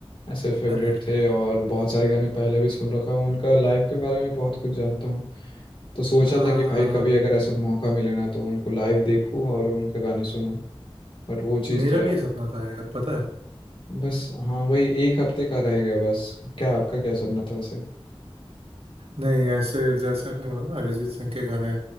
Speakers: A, on the left; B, on the right.
A: ऐसे फेवरेट
B: अरे अरे
A: थे और बहुत सारे गाने पहले भी सुन रखा हूँ उनका लाइव के बारे में बहुत कुछ जानता हूँ तो सोचा
B: हाँ
A: था कि
B: हाँ
A: भाई
B: हाँ
A: कभी अगर ऐसे मौका मिले ना तो उनको लाइव देखूँ और उनके गाने सुनूँ बट वो चीज़
B: मेरा
A: तो यार
B: भी ये सपना था यार पता है
A: बस हाँ वही एक हफ्ते का रह गया बस क्या आपका क्या सपना था वैसे
B: नहीं ऐसे जैसे आपने बोला ना अरिजीत सिंह के गाने